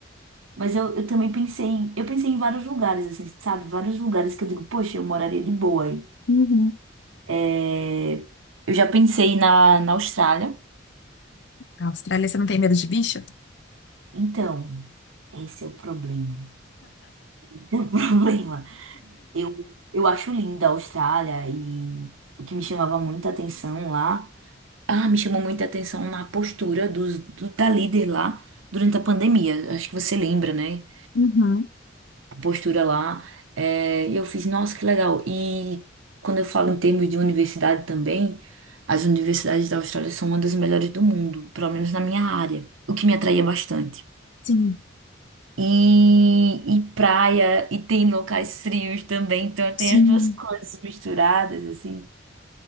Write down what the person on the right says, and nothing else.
Mas eu, eu também pensei em, eu pensei em vários lugares, assim, sabe? Vários lugares que eu digo, poxa, eu moraria de boa aí.
É, eu já pensei na, na Austrália.
Então, esse é o problema. <laughs> Esse é o <laughs> problema. Eu, eu acho linda a Austrália e o que me chamava muita atenção lá. Ah, me chamou muita atenção na postura dos, do, da líder lá durante a pandemia. Acho que você lembra, né?
postura lá. É, e eu fiz, nossa, que legal. E quando eu falo em termos de universidade também, as universidades da Austrália são uma das melhores do mundo, pelo menos na minha área, o que me atraía bastante.
E, e praia, e tem locais frios também, então
tem as duas coisas misturadas, assim.